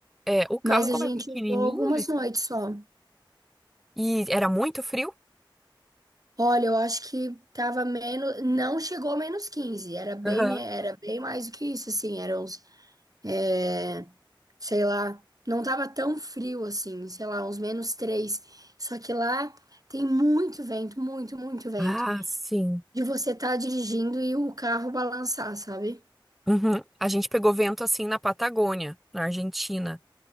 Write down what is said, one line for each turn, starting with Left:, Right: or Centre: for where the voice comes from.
Centre: É, o carro,
Right: Mas a
Centre: como
Right: gente
Centre: é pequenininho,
Right: usou algumas noites só.
Centre: e era muito frio?
Right: Olha, eu acho que tava menos, não chegou a menos 15, era bem,
Centre: Aham.
Right: me- era bem mais do que isso, assim, era uns, é, sei lá, não tava tão frio assim, sei lá, uns menos 3. só que lá tem muito vento, muito, muito vento,
Centre: Ah, sim.
Right: de você tá dirigindo e o carro balançar, sabe?
Centre: Uhum. A gente pegou vento assim na Patagônia, na Argentina.